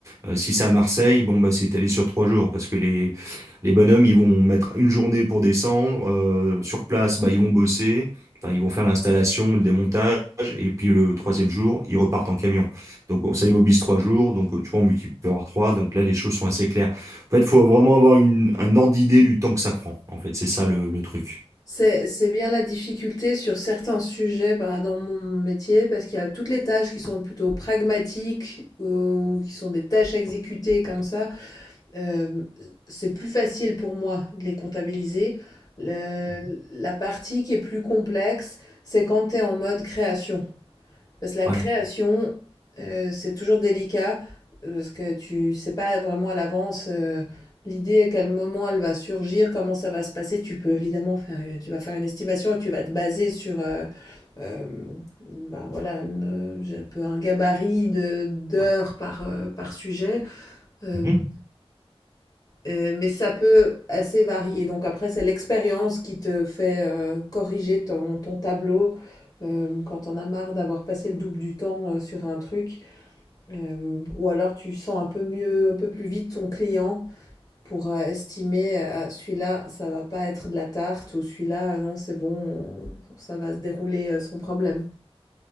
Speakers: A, on the right; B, on the left.
A: Euh, si c'est à Marseille, bon, bah, c'est étalé sur trois jours parce que les, les bonhommes, ils vont mettre une journée pour descendre. euh, sur place, bah, ils vont bosser. Enfin, ils vont faire l'installation, le démontage, et puis le troisième jour, ils repartent en camion. Donc on- ça immobilise trois jours, donc euh, tu vois, on multiplie par trois, donc là les choses sont assez claires. En fait, il faut vraiment avoir une, un ordre d'idée du temps que ça prend. En fait, c'est ça le, le truc.
B: C'est, c'est bien la difficulté sur certains sujets bah, dans mon métier, parce qu'il y a toutes les tâches qui sont plutôt pragmatiques, ou qui sont des tâches à exécuter comme ça. Euh, c'est plus facile pour moi de les comptabiliser. Le- la partie qui est plus complexe, c'est quand tu es en mode création. Parce que la
A: Ouais.
B: création, euh, c'est toujours délicat, euh, parce que tu sais pas vraiment à l'avance euh, l'idée, à quel moment elle va surgir, comment ça va se passer. Tu peux évidemment faire une, tu vas faire une estimation et tu vas te baser sur euh, euh, ben voilà, une- j'ai un peu un gabarit de d'heures par, euh, par sujet. Euh,
A: Mhm.
B: Heu, mais ça peut assez varier. Donc après, c'est l'expérience qui te fait, heu, corriger ton ton tableau, hem, quand tu en as marre d'avoir passé le double du temps, heu, sur un truc. Hem, ou alors tu sens un peu mieux, un peu plus vite ton client pour, heu, estimer, heu: «Ah celui-là, ça va pas être de la tarte» ou «celui-là, euh, non, c'est bon, on ça va se dérouler, heu, sans problème».